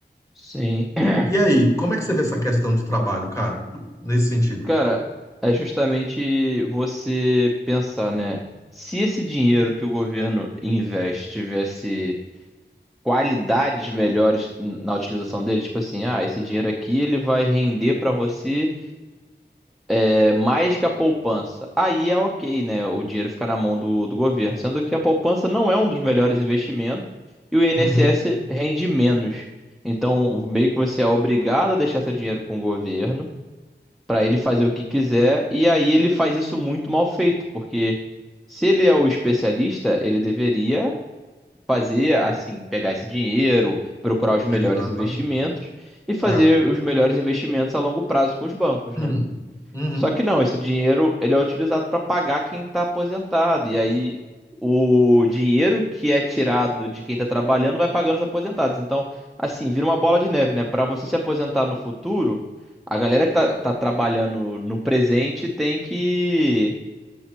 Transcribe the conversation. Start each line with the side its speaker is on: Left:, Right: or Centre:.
Centre: sim. <clears throat>
Left: E aí, como é que você vê essa questão de trabalho, cara, nesse sentido?
Centre: Cara, é justamente você pensar, né? Se esse dinheiro que o governo investe tivesse qualidades melhores na utilização dele, tipo assim, ah, esse dinheiro aqui ele vai render pra você. É mais que a poupança. Aí é ok, né? O dinheiro fica na mão do, do governo. Sendo que a poupança não é um dos melhores investimentos e o INSS
Left: Uhum,
Centre: rende menos. Então, meio que você é obrigado a deixar seu dinheiro com o governo para ele fazer o que quiser. E aí ele faz isso muito mal feito, porque se ele é o especialista, ele deveria fazer assim, pegar esse dinheiro, procurar os melhores
Left: exatamente.
Centre: investimentos e fazer
Left: É.
Centre: os melhores investimentos a longo prazo com os bancos,
Left: Hum,
Centre: né?
Left: Uhum.
Centre: Só que não, esse dinheiro ele é utilizado para pagar quem está aposentado. E aí o dinheiro que é tirado de quem está trabalhando vai pagando os aposentados. Então, assim, vira uma bola de neve, né? Para você se aposentar no futuro, a galera que tá, tá trabalhando no presente tem que.